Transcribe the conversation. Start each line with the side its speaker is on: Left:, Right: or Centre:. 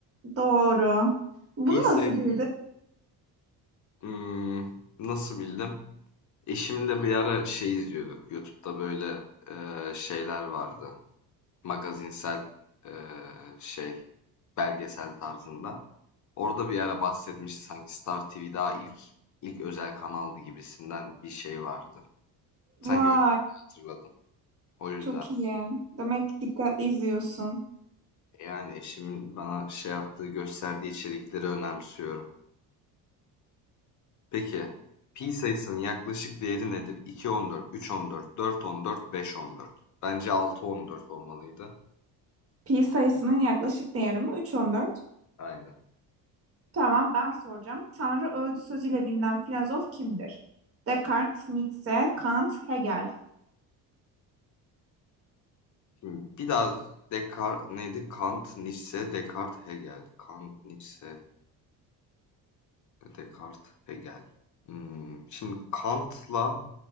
Right: Doğru. Bunu
Left: Pizza.
Right: nasıl bildin?
Left: Hmm, nasıl bildim? Eşimle bir ara şey izliyorduk. YouTube'da böyle e, şeyler vardı. Magazinsel, eee, şey, belgesel tarzında. Orada bir ara bahsetmişti sanki Star TV daha ilk ilk özel kanaldı gibisinden bir şey vardı.
Right: Vay,
Left: Sanki öyle hatırladım. O yüzden.
Right: çok iyi. Demek ki dikkatli izliyorsun.
Left: Yani eşimin bana şey yaptığı, gösterdiği içerikleri önemsiyorum. Peki, pi sayısının yaklaşık değeri nedir? 2.14, 3.14, 4.14, 5.14. Bence 6.14 olmalıydı.
Right: Pi sayısının yaklaşık değeri mi? 3,14.
Left: Aynen.
Right: Tamam ben soracağım. Tanrı öldü sözüyle bilinen filozof kimdir? Descartes, Nietzsche, Kant, Hegel.
Left: Şimdi biraz Descartes neydi? Kant, Nietzsche, Descartes, Hegel. Kant, Nietzsche, Descartes, Hegel. Hmm, şimdi Kant'la